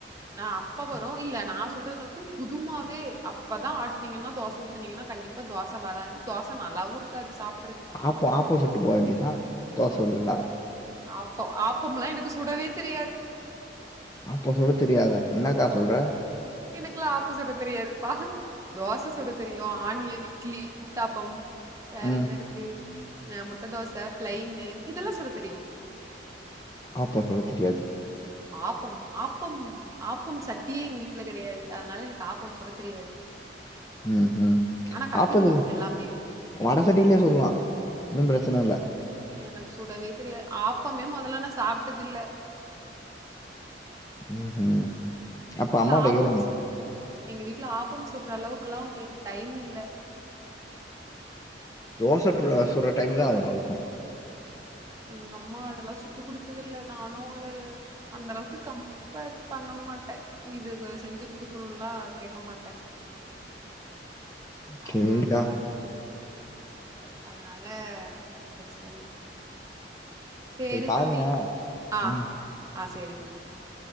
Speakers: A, on the right; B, on the left.
A: ஆஹ் அப்ப வரு இல்ல நா சொ சொல்றது வந்து புது மாவே அப்பதா ஆட்னீங்கனா தோச ஊத்துனிங்கனா கண்டிப்ப தோச ச வராது தோச நல்லாவு இருக்காது சாப்
B: ஆப்ப ஆப்போ சுட்டு போ வேண்டிதா தோச வர்லன
A: ஆப்ப ஆப்பம்லா எனக்கு சுடவே தெரியாது
B: ஆப்போ சுட தெரியாதா என்னக்கா சொல்ற
A: க்கு ஆப்ப சுட தெரியாதுப்பா தோச சு சுட தெரியு ஆனியன் இட்லி ஊத்தாப்பம் வேற
B: ம்.
A: என்ன இருக்கு ஆஹ் முட்ட தோச பிளைன்னு இதெல்லா சுட தெரியு
B: ஆப்ப சுட தெரியாது
A: ஆப்பம் ஆப் பம் ஆப்பம் சட்டியே எங்க வீட்ல கெடையாது அதனால எனக்கு ஆப்பம் சுடத் தெரியாது
B: உம் ஹிம்
A: ஆனா கத்துக்கணு
B: ஆப்ப நீ
A: எல்லாமே
B: வடசட்டிலே சுட்லா ஒன்னு பிரச்சன
A: ஐ-
B: இல்ல
A: எனக்கு சுடவே தெரியா ஆப்பமே மொதல்ல நா சாப்ட்டதில்ல
B: உம் ஹிம் அப்ப அம்மாட்ட
A: ஆப்பம்
B: கேளுங்க
A: ஸ்- எங்க வீட்ல ஆப்பம் சுட்ற அளவுக்குலா அவ்ங்களுக்கு டைம் இல்ல
B: தோ சுட்ருவ சுட்ற டைம் தா ஆகு அதுக்கு
A: எங்க அம்மா அதெல்லா சுட் ட்டு குடுத்ததில்ல நானு அவ்ங்ல அந்த அளவுக்கு கம்பர் பண்ண மாட்டே இது இவ்க செஞ்சு குடுக்கணும்லா கேக்க மாட்டே
B: சேரிக்கா
A: அதனால அதனால பிரச்சனைல்ல சேரி
B: சரி பாருங்க.
A: தம்பி ஆஹ
B: ம்.
A: ஆ சேரி தம்பி